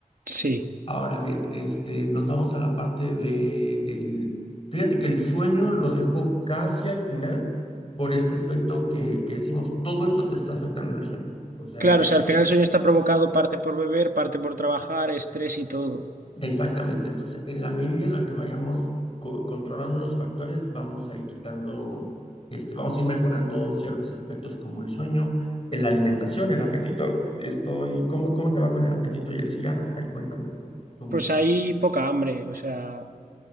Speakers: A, on the right (about 90°); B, on the left (about 40°).
A: Sí,
B: Ahora bien, este, nos vamos a la parte de el, fíjate que el sueño lo dejó casi al final por este aspecto que, que decimos, todo esto te está afectando el sueño, o sea,
A: claro,
B: el hecho,
A: o sea, al final el sueño está provocado parte por beber, parte por trabajar, estrés y todo.
B: exactamente, entonces en la medida en la que vayamos co- controlando los factores, vamos a ir quitando, este, vamos a ir mejorando ciertos aspectos como el sueño, en la alimentación, el apetito, estoy, ¿cómo, cómo te va con el apetito y el cigarro? Ahí cuéntame cu- cómo,
A: Pues hay poca hambre, o sea,